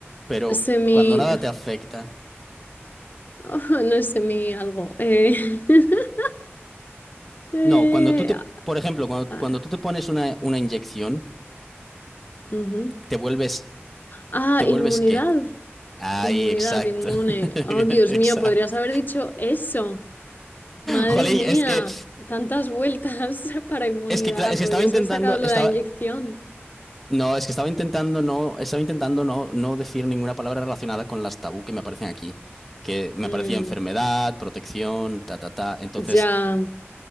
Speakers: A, in the centre; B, on the left.
A: pero
B: semi.
A: cuando nada te afecta.
B: <laughs> no es semi algo. Eh, <laughs> eh,
A: No, cuando tú te,
B: ah,
A: por ejemplo, cuando,
B: ah,
A: cuando tú te pones una, una inyección,
B: ujú.
A: te vuelves,
B: Ah,
A: ¿te vuelves
B: inmunidad.
A: qué? Ay,
B: Inmunidad,
A: exacto.
B: inmune. Oh,
A: <laughs>
B: Dios
A: Exacto.
B: mío, podrías haber dicho eso. Madre
A: Jolín,
B: mía,
A: es que,
B: tantas vueltas <laughs> para inmunidad.
A: es que, cla- es
B: Podrías
A: que estaba intentando,
B: haber sacado lo
A: estaba,
B: de la inyección.
A: No, es que estaba intentando no, estaba intentando no, no decir ninguna palabra relacionada con las tabú que me aparecen aquí, que me
B: Mm,
A: aparecía enfermedad, protección, ta, ta, ta. Entonces,
B: ya,